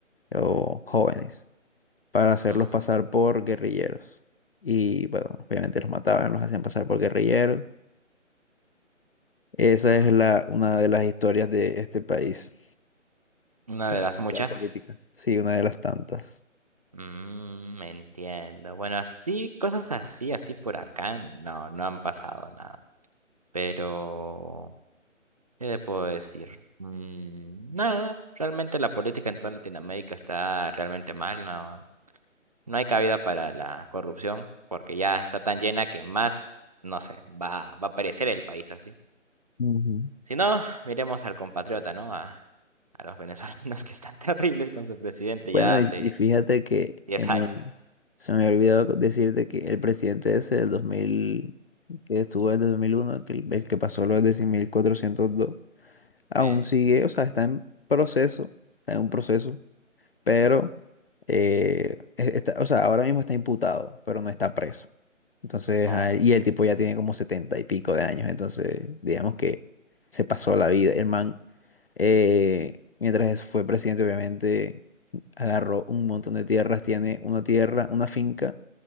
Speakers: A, on the left; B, on the right.
A: o jóvenes, para hacerlos
B: Mm,
A: pasar por guerrilleros. Y bueno, obviamente los mataban, los hacían pasar por guerrilleros. Esa
B: mm,
A: es la, una
B: mm.
A: de las historias de este país
B: Una
A: en
B: de las
A: cuanto
B: muchas.
A: a política. Sí, una de las tantas.
B: Mm, me entiendo. Bueno, así, cosas así, así por acá, no, no han pasado nada. Pero, ¿qué le puedo decir? Mm, nada, realmente la política en toda Latinoamérica está realmente mal, no, no hay cabida para la corrupción, porque ya está tan llena que más, no sé, va, va a perecer el país así.
A: Ujú.
B: Si no, miremos al compatriota, ¿no? A, a los venezolanos <laughs> que están terribles con su presidente
A: Bueno,
B: ya
A: y,
B: hace
A: y fíjate que
B: diez
A: en
B: años.
A: el, se me había olvidado decirte que el presidente ese del dos mil que estuvo desde dos mil uno que el, el que pasó los diez mil cuatrocientos dos aún
B: Sí.
A: sigue, o sea, está en proceso, está en un proceso, pero, eh, es- está, o sea, ahora mismo está imputado, pero no está preso. Entonces,
B: Oh,
A: ah, y el tipo ya tiene como 70 y pico de años, entonces, digamos que se pasó la vida. El man eh, mientras fue presidente, obviamente, agarró un montón de tierras. Tiene una tierra, una finca